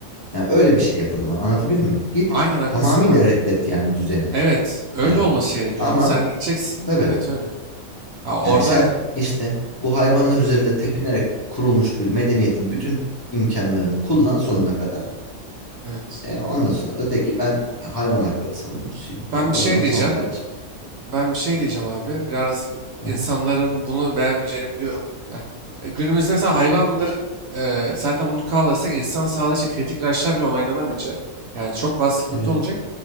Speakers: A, on the left; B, on the right.
A: Yani öyle bir şey yap o zaman. Anlatabildim mi? Git
B: Aynen haklısın
A: tamamıyla
B: abi.
A: reddet yani düzeni.
B: Evet. Öyle
A: Yani
B: olması gerekiyor
A: ama
B: abi. Sen gideceksin.
A: tabii
B: Evet öyle. Ha, orada
A: yani sen işte bu hayvanların üzerinde tepinerek kurulmuş bir medeniyetin bütün imkanlarını kullan sonuna kadar.
B: evet.
A: E, ondan sonra da de ki ben hayvan hakları savunucusuyum. yani
B: Ben
A: o
B: bir şey
A: zaman
B: diyeceğim.
A: tamam kardeşim.
B: Ben bir şey diyeceğim abi. Biraz insanların
A: Hı hı.
B: bunu beğenmeyeceğini biliyorum. Ha, e, Günümüzde mesela hayvanların e, zaten bunu kaldırırsak insan sağlığı için kritik ilaçlar bile onaylanamayacak. Yani çok fazla sıkıntı
A: Evet.
B: olacak.